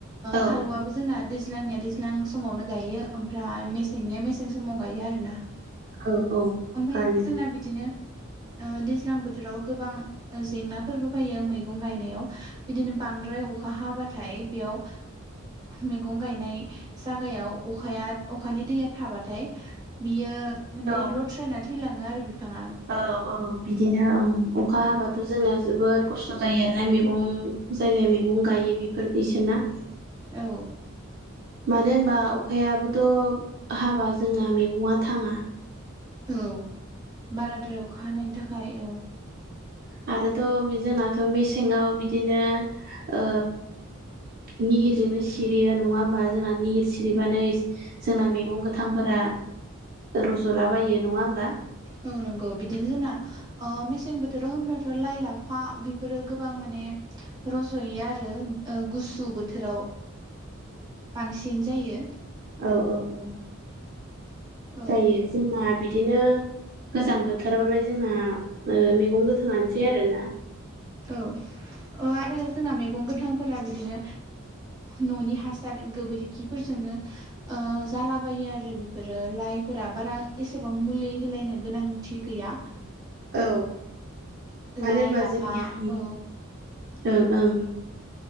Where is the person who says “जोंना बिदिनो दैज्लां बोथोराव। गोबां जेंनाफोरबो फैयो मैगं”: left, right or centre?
Right